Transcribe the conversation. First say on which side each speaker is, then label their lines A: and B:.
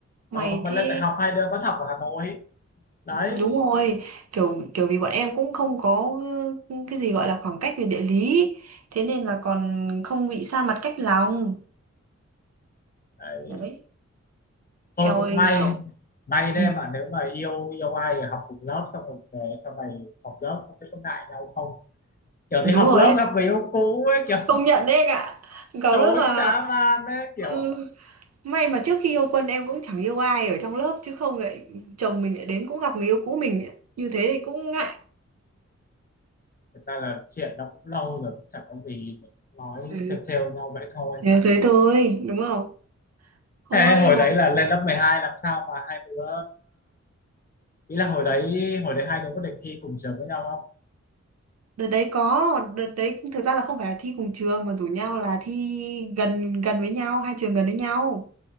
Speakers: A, on the right; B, on the left.
A: mày
B: ờ, mà
A: thế
B: lên đại học hai đứa vẫn học ở Hà Nội đấy,
A: ừ, đúng rồi kiểu kiểu vì bọn em cũng không có ờ, cái gì gọi là khoảng cách về địa lý thế nên là còn không bị xa mặt cách lòng
B: đấy.
A: đấy
B: thôi
A: eo
B: cũng
A: ơi
B: may
A: kiểu
B: may đấy
A: ừ,
B: mà nếu mà yêu yêu ai thì học cùng lớp xong rồi về sau này học lớp không biết có ngại nhau không kiểu
A: đúng
B: đi học
A: rồi
B: lớp
A: đấy
B: gặp người yêu cũ ấy kiểu
A: công nhận đấy anh ạ
B: <laughs>
A: có
B: tối
A: lúc mà
B: dã man đấy kiểu
A: ừ, May mà trước khi yêu Quân em cũng chẳng yêu ai ở trong lớp chứ không lại chồng mình lại đến cũng gặp người yêu cũ mình như thế thì cũng ngại.
B: thực ra là chuyện nó cũng lâu rồi cũng chẳng có gì mình cũng nói
A: Ừ,
B: trêu trêu nhau vậy thôi
A: theo thế thôi, đúng không? Thôi
B: thế hồi
A: nhưng mà
B: đấy là lên lớp 12 làm sao mà hai đứa ý là hồi đấy hồi đấy hai đứa có định thi cùng trường với nhau không
A: đợt đấy có, đợt đấy thực ra là không phải là thi cùng trường mà rủ nhau là thi gần gần với nhau, hai trường gần với nhau.